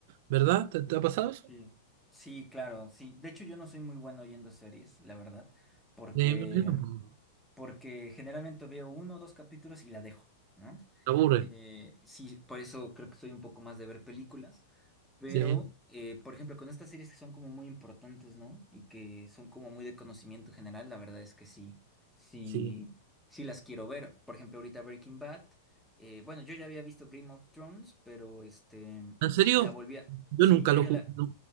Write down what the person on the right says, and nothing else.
¿Verdad? te te ha pasado eso?
Eh, bueno, yo tampoco.
Me Aburre.
Sí,
sí.
¿En serio?
Yo
nunca
lo
ju-
no,